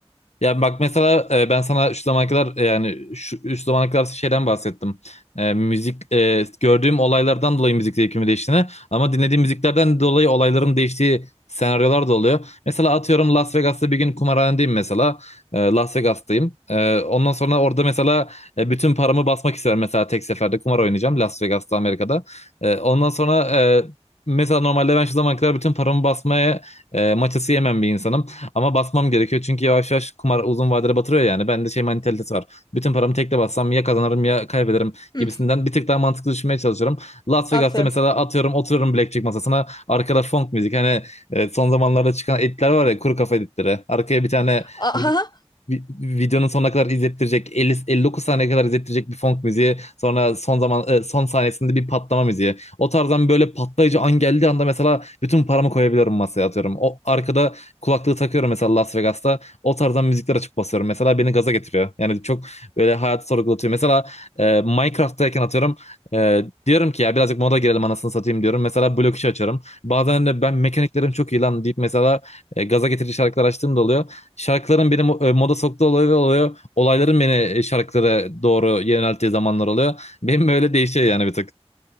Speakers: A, on the left (about 80°); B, on the left (about 40°).
A: Ya bak mesela e, ben sana şu zamana kadar e, yani şu, şu zamana kadar şeyden bahsettim. E, müzik e, gördüğüm olaylardan dolayı müzik zevkimin değiştiğini ama dinlediğim müziklerden dolayı olayların değiştiği senaryolar da oluyor. Mesela atıyorum Las Vegas'ta bir gün kumarhanedeyim mesela. E, Las Vegas'tayım. E, ondan sonra orada mesela e, bütün paramı basmak isterim mesela tek seferde kumar oynayacağım Las Vegas'ta Amerika'da. E, ondan sonra e, Mesela normalde ben şu zamana kadar bütün paramı basmaya e, maçası yemem bir insanım. Ama basmam gerekiyor çünkü yavaş yavaş kumar uzun vadede batırıyor yani. Bende şey mentalitesi var. Bütün paramı tekte bassam ya kazanırım ya kaybederim
B: Hı,
A: gibisinden bir tık daha mantıklı düşünmeye çalışıyorum. Las
B: aferin.
A: Vegas'ta mesela atıyorum oturuyorum blackjack masasına. Arkada funk müzik hani e, son zamanlarda çıkan editler var ya kuru kafa editleri. Arkaya bir tane
B: <laughs>
A: vi- videonun sonuna kadar izlettirecek 50 59 saniye kadar izlettirecek bir funk müziği sonra son zaman e, son sahnesinde bir patlama müziği. O tarzdan böyle patlayıcı an geldiği anda mesela bütün paramı koyabiliyorum masaya atıyorum. O arkada kulaklığı takıyorum mesela Las Vegas'ta. O tarzdan müzikler açıp basıyorum. Mesela beni gaza getiriyor. Yani çok böyle hayatı sorgulatıyor. Mesela e, Minecraft'tayken atıyorum e, diyorum ki ya birazcık moda girelim anasını satayım diyorum. Mesela blok işi açarım. Bazen de ben mekaniklerim çok iyi lan deyip mesela e, gaza getirici şarkılar açtığım da oluyor. Şarkıların beni mo- e, moda soktuğu oluyor oluyor. Olayların beni e, şarkılara doğru yönelttiği zamanlar oluyor. <laughs> Benim böyle değişiyor yani bir tık.